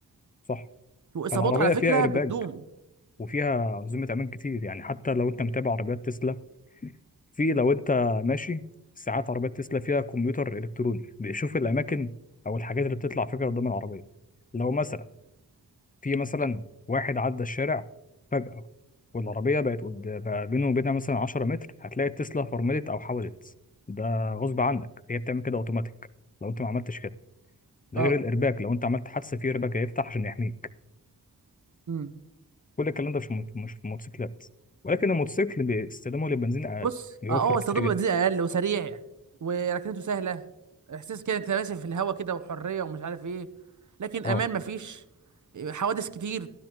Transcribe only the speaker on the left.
صح
فالعربيه
فيها ايرباج
وفيها انظمه امان كتير يعني حتى لو انت متابع عربيات تسلا في لو انت ماشي ساعات عربيات تسلا فيها كمبيوتر الكتروني بيشوف الاماكن او الحاجات اللي بتطلع فجاه قدام العربيه لو مثلا في مثلا واحد عدى الشارع فجاه والعربيه بقت قد... بقى بينه وبينها مثلا 10 متر هتلاقي التسلا فرملت او حوزت ده غصب عنك هي بتعمل كده اوتوماتيك لو انت ما عملتش كده ده
غير الارباك لو انت عملت حادثه في ارباك هيفتح عشان يحميك
كل الكلام ده مش في الموت- مش في الموتوسيكلات ولكن الموتوسيكل باستخدامه للبنزين اقل
بيوفر
كتير
جدا
اه